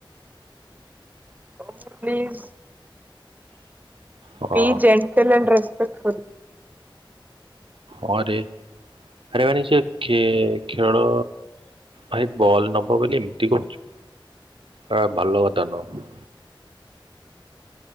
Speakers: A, on the right (about 20°); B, on the right (about 80°).
A: <inaudible> ପ୍ଲିଜ
B: ହଁ
A: ପ୍ଲିଜ ଏଣ୍ଟଲେଣ୍ଡ ରେସ୍ପେକ୍ଟ ଫୁଲ।
B: ହଁ ରେ ଆରେ ମାନେ ସେ ଖେ ଖେଳ ଭାଇ ବଲ ନବ ବୋଲି ଏମତି କରୁଚୁ ଆ ଭଲ କଥା ନୁହଁ।